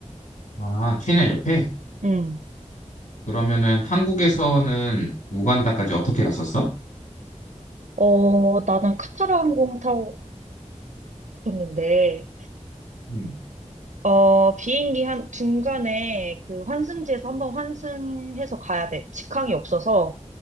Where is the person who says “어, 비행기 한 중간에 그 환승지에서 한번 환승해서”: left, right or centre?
Right